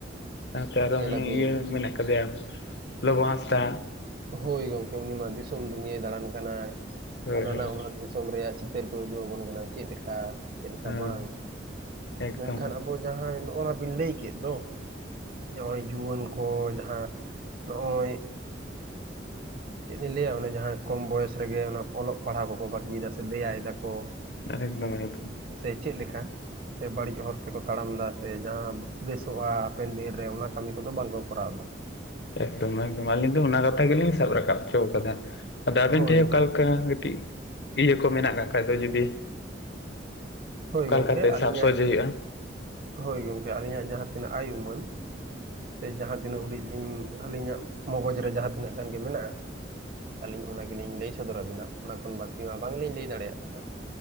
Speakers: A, on the left; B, on the right.
A: ᱥᱟᱶᱛᱮ ᱟᱨᱚ
B: ᱧᱮᱞᱟᱵᱤᱱ
A: ᱦᱟᱱᱤ ᱤᱭᱟᱹ ᱢᱮᱱᱟᱜ ᱟᱠᱟᱫᱮᱭᱟ ᱞᱚᱵᱚ ᱦᱟᱸᱥᱫᱟ᱾
B: ᱦᱳᱭ ᱜᱚᱝᱠᱮ ᱩᱱᱤ ᱢᱟ ᱫᱤᱥᱚᱢ ᱫᱩᱱᱤᱭᱟᱹᱭ ᱫᱟᱬᱟᱱ ᱠᱟᱱᱟᱭ
A: ᱦᱳᱭ
B: ᱱᱟᱱᱟ
A: ᱦᱳᱭ
B: ᱦᱩᱱᱟᱹᱨ ᱫᱤᱥᱚᱢ ᱨᱮᱭᱟᱜ ᱪᱤᱛᱟᱹᱨ ᱠᱚᱭ ᱩᱫᱩᱜ ᱟᱵᱚᱱ ᱠᱟᱱᱟ, ᱪᱮᱫ ᱞᱮᱠᱟ ᱪᱮᱫ ᱞᱮᱠᱟ
A: ᱦᱮᱸ
B: ᱵᱟᱝ
A: ᱮᱠᱫᱚᱢ
B: ᱢᱮᱱᱠᱷᱟᱱ ᱟᱵᱚ ᱡᱟᱦᱟᱸᱭ ᱱᱚᱜ-ᱚᱱᱟ ᱵᱤᱱ ᱞᱟᱹᱭ ᱠᱮᱫ ᱫᱚ᱾ ᱱᱚᱜ-ᱚᱭ ᱡᱩᱣᱟᱹᱱ ᱠᱚ ᱡᱟᱦᱟᱸ ᱱᱚᱜ-ᱚᱭ ᱪᱮᱱ ᱞᱤᱧ ᱞᱟᱹᱭᱟ ᱚᱱᱮ ᱡᱟᱦᱟᱸ ᱠᱚᱢ ᱵᱚᱭᱮᱥ ᱨᱮᱜᱮ ᱚᱱᱟ ᱚᱞᱚᱜ ᱯᱟᱲᱦᱟᱜ ᱠᱚᱠᱚ ᱵᱟᱹᱜᱤᱭᱮᱫᱟ ᱥᱮ ᱫᱮᱭᱟᱭ ᱫᱟᱠᱚ᱾
A: ᱮᱠᱫᱚᱢ ᱮᱠᱫᱚᱢ᱾
B: ᱥᱮ ᱪᱮᱱ ᱞᱮᱠᱟ? ᱥᱮ ᱵᱟᱹᱲᱤᱡ ᱦᱚᱨ ᱛᱮᱠᱚ ᱛᱟᱲᱟᱢ ᱮᱫᱟ ᱥᱮ ᱵᱟᱲᱤᱡ ᱦᱚᱨ ᱛᱮᱠᱚ ᱛᱟᱲᱟᱢ ᱮᱫᱟ ᱥᱮ ᱡᱟᱦᱟᱸ ᱵᱮᱥᱚᱜ-ᱟ ᱦᱟᱯᱮᱱ ᱫᱤᱱ ᱨᱮ ᱚᱱᱟ ᱠᱟᱹᱢᱤ ᱠᱚᱫᱚ ᱵᱟᱝᱠᱚ ᱠᱚᱨᱟᱣ ᱮᱫᱟ᱾
A: ᱮᱠᱫᱚᱢ ᱮᱠᱫᱚᱢ ᱟᱹᱞᱤᱧ ᱫᱚ ᱚᱱᱟ ᱠᱟᱛᱷᱟ ᱜᱮᱞᱤᱧ ᱥᱟᱵ ᱨᱟᱠᱟᱵ ᱦᱚᱪᱚ ᱠᱟᱫᱟ᱾ ᱟᱫᱚ ᱟᱵᱤᱱ
B: ᱦᱳᱭ
A: ᱴᱷᱮᱱ ᱚᱠᱟ
B: ᱦᱳᱭ
A: ᱞᱮᱠᱟ ᱠᱟᱹᱴᱤᱡ ᱤᱭᱟᱹ ᱠᱚ ᱢᱮᱱᱟᱜ ᱠᱟᱜ ᱠᱷᱟᱡ ᱫᱚ ᱡᱩᱫᱤ᱾
B: ᱦᱳᱭ
A: ᱚᱠᱟᱞᱮᱠᱟ
B: ᱜᱚᱢᱠᱮ
A: ᱞᱮᱠᱟᱛᱮ
B: ᱟᱹᱞᱤᱧᱟᱜ
A: ᱥᱟᱵ ᱥᱚᱡᱷᱮ ᱦᱩᱭᱩᱜ-ᱟ᱾
B: ᱦᱳᱭ ᱜᱚᱝᱠᱮ, ᱟᱹᱞᱤᱧᱟᱜ ᱡᱟᱦᱟᱸ ᱛᱤᱱᱟᱹᱜ ᱟᱭ ᱩᱢᱟᱹᱱ᱾ ᱥᱮ ᱡᱟᱦᱟᱸ ᱛᱤᱱᱟᱹᱜ ᱩᱰᱤᱡ ᱞᱤᱧ ᱟᱹᱞᱤᱧᱟᱜ ᱢᱚᱜᱚᱡ ᱨᱮ ᱡᱟᱦᱟᱸ ᱛᱤᱱᱟᱹᱜ ᱜᱟᱱ ᱜᱮ ᱢᱮᱱᱟᱜ-ᱟ᱾ ᱟᱹᱞᱤᱧ ᱚᱱᱟ ᱜᱮᱞᱤᱧ ᱞᱟᱹᱭ ᱥᱚᱫᱚᱨᱟᱵᱤᱱᱟ ᱚᱱᱟ ᱠᱷᱚᱱ ᱵᱟᱹᱠᱤ ᱢᱟ ᱵᱟᱝᱞᱤᱧ ᱞᱟᱹᱭ ᱫᱟᱲᱮᱭᱟᱜ ᱦᱟᱸᱜ᱾